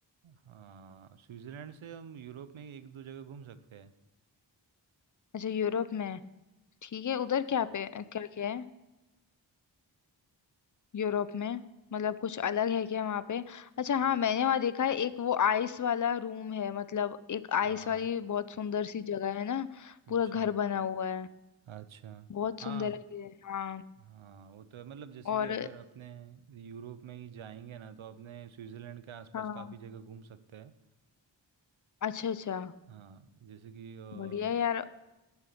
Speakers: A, on the right (about 85°); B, on the left (about 40°).
A: हाँ स्विट्जरलैंड से हम यूरोप में एक दो जगह घूम सकते हैं
B: अच्छा यूरोप में ठीक है उधर
A: हम्म,
B: क्या पे क्या क्या है यूरोप में मतलब कुछ अलग है क्या वहाँ पे अच्छा हाँ
A: ये-
B: मैंने वहाँ देखा है एक वो आइस वाला रूम है मतलब एक आइस
A: हाँ
B: वाली बहुत सुंदर सी जगह है ना
A: अच्छा
B: पूरा घर बना हुआ है
A: अच्छा
B: बहुत
A: हाँ
B: सुंदर है ये। हाँ
A: हाँ वो तो है मतलब जैसे
B: और
A: कि अगर अपने यूरोप में ही जाएंगे ना तो अपने स्विट्जरलैंड के आसपास
B: हाँ
A: काफ़ी जगह घूम सकते हैं
B: अच्छा अच्छा
A: हाँ जैसे कि अ,
B: बढ़िया यार